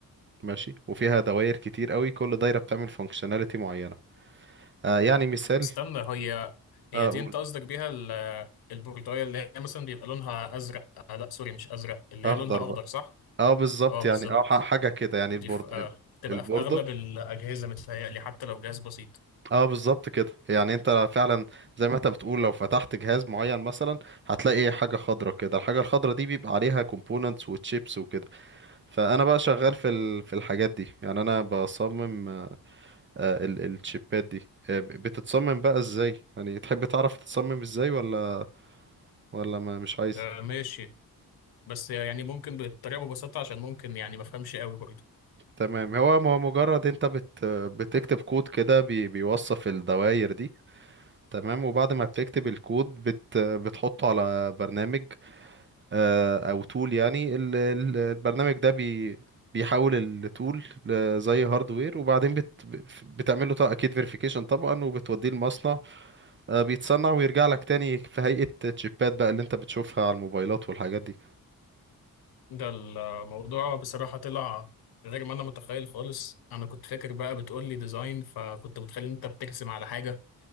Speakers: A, on the right; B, on the left.
A: ماشي وفيها دوائر كتير قوي كل دايره بتعمل فانكشناليتي معينه آه يعني مثال
B: استنى هي هي
A: اقول
B: دي أنت قصدك بيها ال- البورداية اللي هي مثلا بيبقى لونها أزرق آه لا سوري مش أزرق اللي
A: اخضر
B: هي لونها أخضر
A: بقى
B: صح؟
A: اه بالظبط
B: أه بالظبط
A: يعني اه ح- حاجه كده يعني البورد
B: دي في آه، تبقى
A: البورده
B: في أغلب الأجهزة متهيألي حتى لو جهاز بسيط
A: اه بالظبط كده يعني انت فعلا زي ما انت بتقول لو فتحت جهاز معين مثلا هتلاقي ايه حاجه خضرا كده الحاجه الخضرا دي بيبقى عليها كومبوننتس وتشيبس وكده فانا بقى شغال في ال... في الحاجات دي يعني انا بصمم آه، ال... الشيبات دي آه، ب- بتتصمم بقى ازاي يعني تحب تعرف تتصمم ازاي ولا ولا ما مش عايز
B: آه، ماشي بس يعني ممكن بطريقة ببساطة عشان ممكن يعني ما افهمش قوي برضه
A: تمام هو هو مجرد انت بت... بتكتب كود كده بي... بيوصف الدوائر دي تمام وبعد ما بتكتب الكود بت بتحطه على برنامج آه، او تول يعني ال- ال- البرنامج ده بي بيحول التول زي هاردوير وبعدين بت بتعمل له اكيد فيريفيكيشن طبعا وبتوديه المصنع آه، بيتصنع ويرجع لك تاني في هيئة تشيبات بقى اللي انت بتشوفها على الموبايلات والحاجات دي
B: ده الموضوع بصراحة طلع غير ما انا متخيل خالص انا كنت فاكر بقى بتقول لي ديزاين فكنت متخيل إن انت بترسم على حاجة